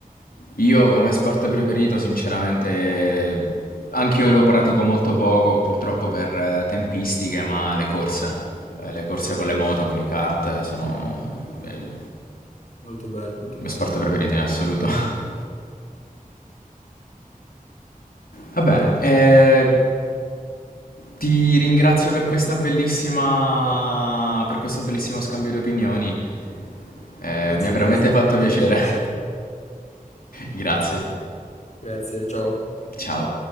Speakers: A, on the left (about 85°); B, on the left (about 50°).
A: Io come sport preferito, sinceramente, anch'io lo pratico molto poco, purtroppo per eh, tempistiche, ma le corse. Eh, le corse con le moto, con i kart, sono beh, il
B: Molto bello, molto
A: mio
B: bello.
A: sport preferito in assoluto. <laughs> Va bene, eh, ti ringrazio per questa bellissima, per questo bellissimo scambio di opinioni. Eh,
B: Grazie
A: mi ha veramente
B: a te, è stato
A: fatto
B: veramente
A: piacere.
B: un piacere.
A: <laughs> Grazie.
B: Grazie, ciao.
A: Ciao.